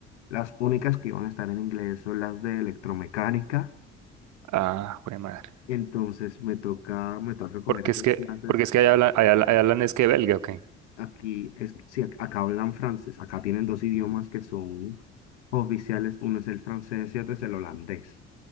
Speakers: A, on the left; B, on the right.
A: las únicas que iban a estar en inglés son las de electromecánica,
B: Ah, jue madre.
A: entonces me toca, me toca coger
B: Porque
A: esas
B: es que,
A: clases
B: porque es que allá hablan, allá, allá hablan es que belga, ok,
A: Aquí, es, sí, ac- acá hablan francés, acá tienen dos idiomas que son oficiales, uno es el francés y otro es el holandés.